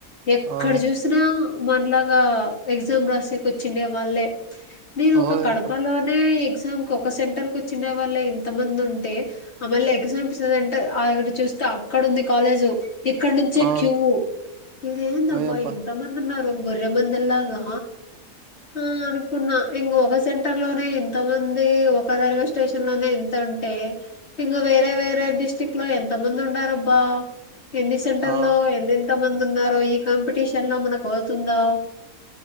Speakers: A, on the left (about 50°); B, on the right (about 65°).
A: ఎక్కడ
B: ఆ
A: జూసు తునా మనలాగా ఎగ్జామ్ రాసే కి వచ్చిండే వాళ్ళే నేను ఒక
B: ఓయబ్బ
A: కడపలో నే ఎగ్జామ్ కు ఒక సెంటర్ కు వచ్చిండే వాళ్ళే ఇంతమంది ఉంటే ఆ మళ్ళీ ఎగ్జాం <unintelligible> చూస్తే అక్కడుంది కాలేజ్ ఇక్కడ నుంచే
B: ఆ
A: క్యూ ఇదేందబ్బా
B: ఓయబ్బ
A: ఇంతమంది ఉన్నారు గొర్రెమందల్లాగా ఆ అను కున్నా ఇంగ ఒక సెంటర్ లోనే ఇంత మంది ఒక రైల్వే స్టేషన్ లోనే ఇంత ఉంటే ఇంగ వేరే వేరే డిస్టిక్ లోఎంత మంది ఉండారు అబ్బా ఎన్ని సెంటర్లో
B: ఆ
A: ఎన్నెన్ ఎంత మంది ఉన్నారో ఈ కాంపిటీషన్ లో మనకు అవుతుందా